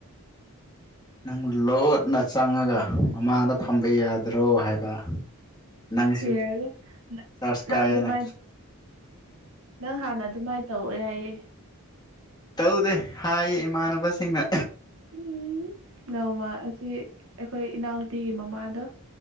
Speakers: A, on the left (about 20°); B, on the right (about 65°).
A: ꯅꯪ ꯂꯣꯅ ꯆꯪꯉꯒ ꯃꯃꯥꯡꯗ ꯐꯝꯕ ꯌꯥꯗ꯭ꯔꯣ ꯍꯥꯏꯕ ꯅꯪꯁꯨ
B: ꯌꯥꯔꯦ
A: ꯆꯥꯔꯖ
B: ꯅꯪ
A: ꯀꯥꯏꯑꯦꯅ
B: ꯑꯗꯨꯃꯥꯏ ꯅꯪ ꯍꯥꯟꯅ ꯑꯗꯨꯃꯥꯏꯅ ꯇꯧꯋꯦ ꯍꯥꯏꯌꯦ
A: ꯇꯧꯗꯦ ꯍꯥꯏ ꯏꯃꯥꯟꯅꯕꯁꯤꯡꯅ
B: ꯎꯝ ꯅꯣꯡꯃ ꯑꯁꯤ ꯑꯩꯈꯣꯏ ꯏꯅꯥꯎꯅꯨꯄꯤꯒꯤ ꯃꯃꯥꯗꯣ